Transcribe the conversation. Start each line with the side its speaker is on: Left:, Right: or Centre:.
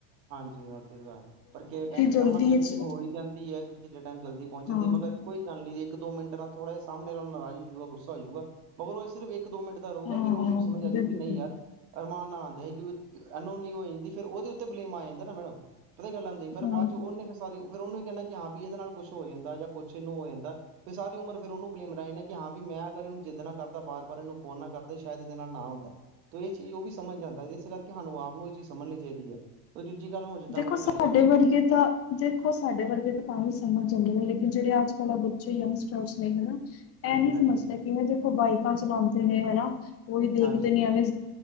Right: ਹਾਂਜੀ ਉਹਾਂ ਤੇ ਪਰ ਕਿਸੇ ਟਾਈਮ ਤੇ
Left: ਜਲਦੀ
Right: ਐਮਰਜੈਂਸੀ
Left: ਵਿੱਚ
Right: ਹੋ ਹੀ ਜਾਂਦੀ ਹੈ ਕਿ ਕਿਤੇ ਟਾਈਮ ਜਲਦੀ ਪਹੁੰਚ ਜਾਂਦੀ
Left: ਹਾਂ
Right: ਮਗਰ ਕੋਈ ਗੱਲ ਨੀ ਇੱਕ ਦੋ ਮਿੰਟ ਨਾਲ ਥੋੜਾ ਜਿ ਸਾਹਮਣੇ ਨਾਲ ਨਾਰਾਜ਼ ਹੋਜੂਗਾ ਗੁੱਸਾ ਹੋਜਊਗਾ ਮਗਰੋ ਉਹ ਇਹ ਸਿਰਫ ਇੱਕ ਦੋ ਮਿੰਟ ਰਹੇੂਗਾ
Left: ਹਾਂ
Right: ਫਿਰ ਉਹਨੂੰ ਸਮਝ ਆ ਜਾਊਗੀ
Left: ਬਿਲਕੁਲ
Right: ਨਹੀਂ ਯਾਰ ਅਰਾਮ ਆਂਦਾ ਸੀ ਕਿਉਕਿ ਐਨੂੰ ਨੀ ਹੋ ਜਾਂਦੀ ਫੇਰ ਉਹਦੇ ਉੱਤੇ ਬਲੇਮ ਆ ਜਾਂਦਾ ਨਾ ਮੈਡਮ ਪਤਾ ਗੱਲ ਫਿਰ
Left: ਹਾਂ
Right: ਬਾਅਦ ਚ ਉਹਨੇ ਫਿਰ ਸਾਰੀ ਫਿਰ ਉਹਨੂੰ ਵੀ ਕਹਿਿੰਣਾ ਕਿ ਹਾਂ ਵੀ ਇਹਦੇ ਨਾਲ ਕੁਛ ਹੋ ਜਾਂਦਾ ਜਾਂ ਕੁਛ ਇਹਨੂੰ ਹੋ ਜਾਂਦਾ ਫਿਰ ਸਾਰੀ ਉਮਰ ਫਿਰਰ ਉਹਨੂੰ ਬਲੇਮ ਰਹੇ ਨੇ ਕਿ ਹਾਂ ਵੀ ਮੈਂ ਅਗਰ ਇਹਨੂੰ ਜਿੱਦ ਨਾਲ ਕਰਦਾ ਬਾਰ- ਬਾਰ ਇਹਨੂੰ ਫੋਨ ਨਾ ਕਰਦਾ ਸ਼ਾਇਦ ਇਹਦੇ ਨਾਲ ਨਾ ਆਉਂਦਾ ਤ ਇਹ ਚੀਜ਼ ਉਹ ਵੀ ਸਮਝ ਜਾਂਦਾ ਇਸ ਕਰਕੇ ਸਾਨੂੰ ਆਪ ਨੂੰ ਇਹ ਚੀਜ਼ ਸਮਝਣੀ ਚਾਹੀਦੀ ਹੈ ਈ ਦੂਜੀ ਗੱਲ ਹੁੰ ਜਿੱਦਾਂ
Left: ਦੇਖੋ
Right: ਆਪਾਂ
Left: ਸਾਡੇ
Right: ਗਲੀਆਂ ਦੱਸੋ?
Left: ਵਰਗੇ ਤਾਂ ਦੇਖੋ ਸਾਡੇ ਵਰਗੇ ਤਾਂ ਤਾਂ ਵੀ ਸਮਝ ਆਉਦੇ, ਨੇ ਲੇਕਿਨ ਜਿਹੜੇ ਅੱਜ ਕਲ ਬੱਚੇ ਯੰਗਸਟਰਸ ਨੇ ਹਨਾ। ਇਹ
Right: ਹਾਂਜੀ
Left: ਨਹੀਂ
Right: ਹਾਂਜੀ
Left: ਸਮਝਦਾ ਕਿਵੇਂ ਦੇਖੋ ਬਾਈਕਾਂ ਚਲਾਉਂਦੇ ਨੇ ਹਨਾ ਉਹੀ ਦੇਖਦੇ
Right: ਹਾਂਜੀ
Left: ਨੇ ਐਵੇਂ।